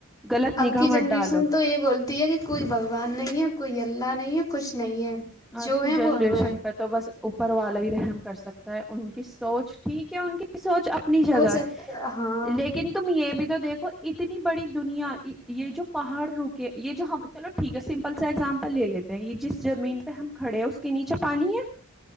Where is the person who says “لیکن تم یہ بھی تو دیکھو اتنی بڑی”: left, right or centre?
Centre